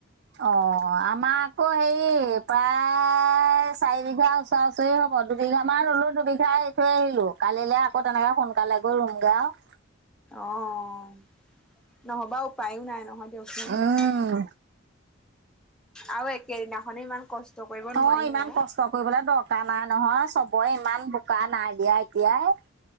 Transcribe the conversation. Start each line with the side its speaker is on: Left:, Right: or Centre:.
Right: অঁ আমাৰ আকৌ হেৰি <inaudible> প্ৰায় চাৰি বিঘা ওচৰা-ওচৰি হ'ব দুবিঘা মান ৰুলোঁ, দুবিঘা <unintelligible> থৈ আহিলো কালিলৈ আকৌ তেনেকে সোনকালে গৈ ৰুম গে আৰু <unintelligible>
Centre: অঁ নহবা উপায়ো নাই নহয় দিয়ক চোন।
Right: উম।
Centre: <unintelligible> আৰু একেদিনাখনে ইমান কষ্ট <unintelligible> নোৱাৰি
Right: অঁ ইমান
Centre: অ'।
Right: কষ্ট কৰিবলৈ দক <unintelligible> দৰকাৰ নাই নহয়, চবৰে ইমান বোকা নাই দিয়া এতিয়াই। <inaudible>